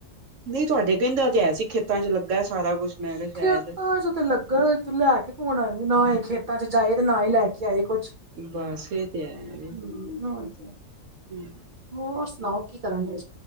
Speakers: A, on the right; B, on the right.
A: ਨਹੀਂ ਤੁਹਾਡੇ ਕਹਿੰਦਾ ਤੇ ਐ ਸੀ ਖੇਤਾਂ ਚ ਲੱਗਾ ਸਾਰਾ ਕੁਛ। ਮੈਂ ਕਿਹਾ ਸ਼ਾਇਦ
B: ਖੇਤਾਂ ਚ ਤੇ ਲੱਗਾ ਤੇ ਲੈ ਕੇ ਕੌਣ ਆਏ ਨਾ ਹੀ ਖੇਤਾਂ ਚ ਜਾਏ ਤੇ ਨਾ ਹੀ ਲੈ ਕੇ ਆਏ ਕੁਛ।
A: ਬਸ ਇਹ ਤੇ ਹੈ
B: <unintelligible>
A: <unintelligible>
B: ਹੋਰ ਸੁਣਾਓ ਕੀ ਕਰਨ ਡੇ?